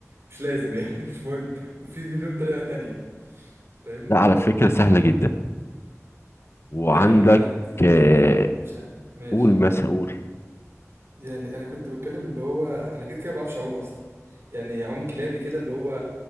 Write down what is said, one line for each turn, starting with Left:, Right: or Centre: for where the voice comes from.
Right: مش لازم يعني <laughs> مش مهم في مليون طريقه تانية فاهمني
Left: لا على فكرة سهلة جدا وعندك
Right: إيه، انا انا إيه،
Left: آه
Right: مش ه- ماشي
Left: قول مثلا قول
Right: يعني انا كنت بتكلم اللي هو انا كده كده ما بعرفش اعوم اصلا يعني اعوم كلابي كده اللي هو